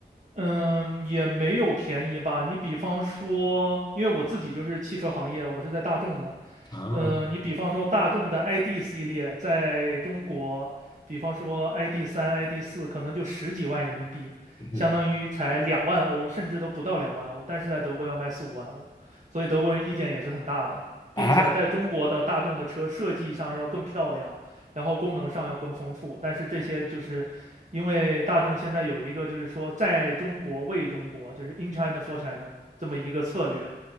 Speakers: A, on the right; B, on the left.
A: 嗯，也没有便宜吧。你比方说，因为我自己就是汽车行业，我是在大众的，
B: 啊，
A: 呃，你比方说大众的 ID 系列，在中国，比方说 ID 三、ID 四，可能就十几万人民币，
B: 嗯
A: 相当于才两万欧，甚至都不到两万欧，但是在德国要卖四五万欧，所以德国人意见也是很大的，并且在中国的大众的车设计上要更漂亮，
B: 啊，
A: 然后功能上要更丰富，但是这些就是因为大众现在有一个就是说在中国为中国，就是 in China for China 这么一个策略，